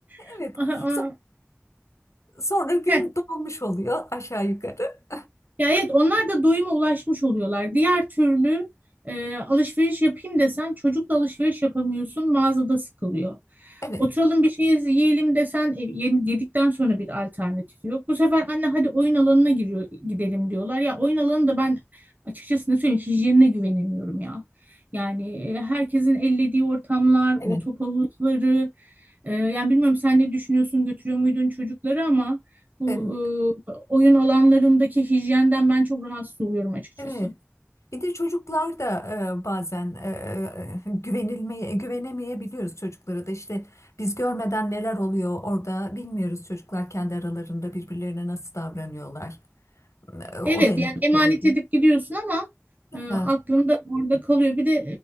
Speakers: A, on the right; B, on the left.
A: <laughs>
B: Evet.
A: Aha,
B: So- sonra gün
A: aha.
B: dolmuş oluyor aşağı yukarı.
A: Ya evet onlar da doyuma ulaşmış oluyorlar. Diğer türlü e, alışveriş yapayım desen çocukla alışveriş yapamıyorsun mağazada sıkılıyor.
B: Evet.
A: Oturalım bir şey yiyelim desen e, yem- yedikten sonra bir alternatif yok. Bu sefer anne hadi oyun alanına giriyor, gidelim diyorlar. Ya oyun alanı da ben açıkçası ne söyleyeyim hijyenine güvenemiyorum ya. Yani e, herkesin ellediği ortamlar,
B: Evet.
A: o top havuzları. e, yani bilmiyorum sen ne düşünüyorsun götürüyor muydun çocukları ama... Bu
B: Em,
A: e, oyun alanlarındaki hijyenden ben çok rahatsız oluyorum açıkçası.
B: Evet. Bir de çocuklar da e, bazen e, e, güvenilmeye e, güvenemeyebiliyoruz çocuklara da işte biz görmeden neler oluyor orada bilmiyoruz çocuklar kendi aralarında birbirlerine nasıl davranıyorlar. E, o
A: Evet
B: da endişe
A: yani emanet
B: verici.
A: edip gidiyorsun ama
B: Aha,
A: e, aklında orada kalıyor. Bir de